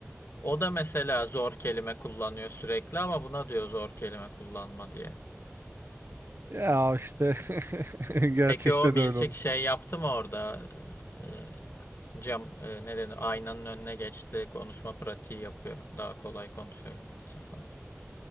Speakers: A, on the left; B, on the right.
A: O da mesela zor kelime kullanıyor sürekli ama buna diyor zor kelime kullanma diye.
B: Ya işte <laughs> gerçekte
A: Peki o Milçik
B: de öyle oldu.
A: şey yaptı mı orada? Ee, e, cam e, ne denir? Aynanın önüne geçti. Konuşma pratiği yapıyor. Daha kolay konuşabilmek için falan.